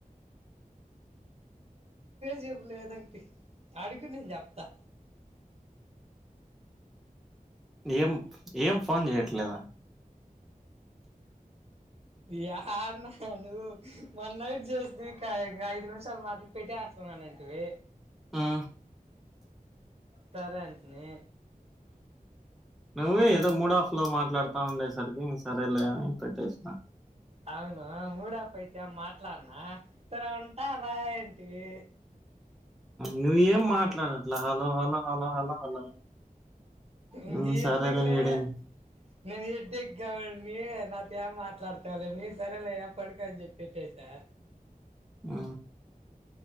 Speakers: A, on the right; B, in the centre.
A: చెపులేదాకట్ అడుగునే జప్తా
B: ఏం ఏం ఫోన్ చేయట్లేదా
A: న్నా ను్వు మన్న నైట్ చేస్తుదికా ఇం ఐదు నిమిషాలు మారి పెట్టానంటివి
B: ఆ
A: సరే అంటిని
B: నువ్వే
A: ఆ
B: ఏదో మూడఫ్ లో మాట్లాడుతా ఉండ సరికి ఇం సరేలే అని పెట్టేసిన
A: అవును మూడప్ప అయితే మాట్లాడినా ఇంకా ఉంటా బాయ్ ఏంటివి
B: నువ్ ఏం మాట్లాడట్లా hello hello hello hello hello
A: ఇం
B: హ్మ్. సరేలే
A: ఎందుకలే
B: వీడేం
A: నీకుభేదచే ట్లాడుతాల మీ సరేలే ఏ పడుకని చెప్పప్తట్టేసా
B: ఆ